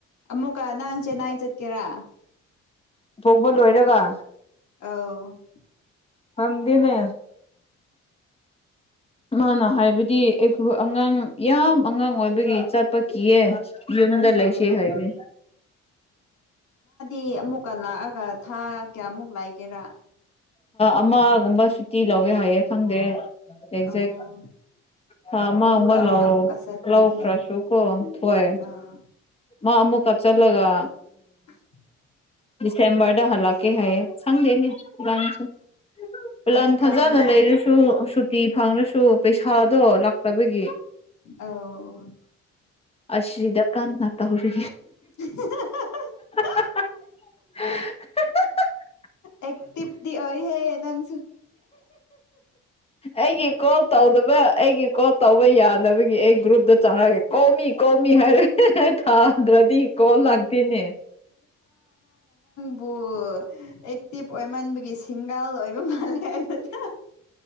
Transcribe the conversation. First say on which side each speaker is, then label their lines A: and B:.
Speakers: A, on the left (about 65°); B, on the left (about 20°).
A: ꯑꯃꯨꯀ ꯅꯪ ꯆꯦꯟꯅꯥꯏ ꯆꯠꯀꯦꯔꯥ
B: ꯄꯣꯛꯄ ꯂꯣꯏꯔꯒ
A: ꯑ <unintelligible> <inaudible>
B: ꯍꯗꯤꯅꯦ ꯃꯥꯅ ꯍꯥꯏꯕꯗꯤ ꯑꯩꯈꯣꯏ ꯑꯉꯥꯡ ꯌꯥꯝ ꯑꯉꯥꯡ ꯑꯣꯏꯕꯒꯤ ꯆꯠꯄ ꯀꯤꯌꯦ ꯌꯗꯔ ꯂꯩꯦꯁꯤ
A: ꯑꯧ
B: ꯍꯥꯏꯕ
A: ꯤ ꯑꯃꯨꯛꯀ ꯂꯥꯛꯑꯒ ꯊꯥ ꯀꯌꯥꯃꯨꯛ ꯂꯥꯛꯒꯦꯔꯥ
B: ꯑꯃꯒꯨꯝꯕ ꯁꯨꯇꯤ ꯂꯧꯒꯦ ꯍꯥꯏꯌꯦꯦ ꯈꯪꯗꯦ ꯑꯦꯛꯖꯦꯛ
A: ꯑꯣ
B: ꯍꯥꯥ ꯃꯥ
A: ꯑꯗꯨ
B: ꯎꯃꯔ
A: ꯂꯥꯎꯔꯒ
B: ꯂ
A: ꯑꯃꯨꯛꯀ ꯆꯠꯈ꯭ꯔꯅꯤ
B: ꯂꯥꯎ ꯈ꯭ꯔ ꯁꯨ ꯀ ꯍꯣꯏ
A: ꯑꯥ
B: ꯃꯥ ꯑꯃꯨ ꯀ ꯆꯠꯂꯒ
A: <unintelligible> <inaudible>
B: ꯁꯦꯝꯕꯔꯗ ꯍꯂꯛꯀꯦ ꯍꯥꯏꯌꯦ ꯁꯪꯗꯅꯦ ꯄꯂꯥꯟ
A: ꯍꯧꯖꯤꯛꯀꯥꯟꯁꯦ
B: ꯊꯥꯖꯅ ꯂꯩꯔꯁꯨ ꯁꯨꯇꯤ ꯐꯪꯔꯁꯨ ꯄꯩꯁꯥꯗꯣ ꯂꯥꯛꯇꯕꯒꯤ
A: ꯑꯣ
B: ꯑꯁ꯭ꯔꯤꯗꯀꯥꯟꯅꯥꯠꯇ ꯍꯧꯔ
A: <unintelligible> <inaudible>
B: <unintelligible> <inaudible>
A: ꯑꯦ ꯇꯤꯞꯤ ꯍꯦ ꯅꯪꯁꯨ
B: ꯑꯩꯒꯤ ꯀꯣꯜ ꯇꯧꯗꯕ ꯑꯩꯒꯤ ꯀꯣꯜ ꯇꯧꯕ ꯌꯥꯗꯕꯒꯤ ꯑꯩ ꯒ꯭ꯔꯨꯞꯇ ꯆꯪꯉꯛꯒꯦ ꯀꯣꯃꯤ ꯀꯣꯃꯤ ꯃꯤ ꯍꯥꯏꯔ ꯊꯥ ꯑꯗ꯭ꯔꯗꯤ ꯀꯣꯜ ꯂꯒꯗꯅꯦ
A: ꯑꯦꯛꯇꯤꯚ ꯑꯣꯏꯃꯟꯕꯒꯤ ꯁꯤꯡꯒꯥꯜ ꯑꯣꯏꯕ ꯃꯥꯜꯂꯦ ꯍꯥꯏꯗꯅ